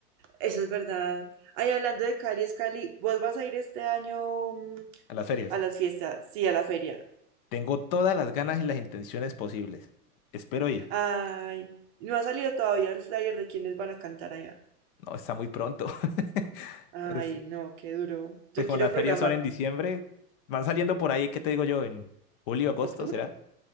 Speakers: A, on the right; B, on the left.
A: Eso es verdad. Ay, hablando de Cali, es Cali. ¿Vos vas a ir este año mm,
B: A las ferias.
A: a las fiestas? Sí, a la feria.
B: Tengo todas las ganas y las intenciones posibles. Espero ir.
A: Ay, no ha salido todavía el flyer de quiénes van a cantar allá.
B: No, está muy pronto. <laughs>
A: Ay,
B: Es,
A: no, qué duro.
B: pues
A: Yo
B: como
A: quiero
B: las
A: programar
B: ferias son en diciembre, van saliendo por ahí, ¿qué te digo yo? En julio, agosto,
A: octubre.
B: ¿será?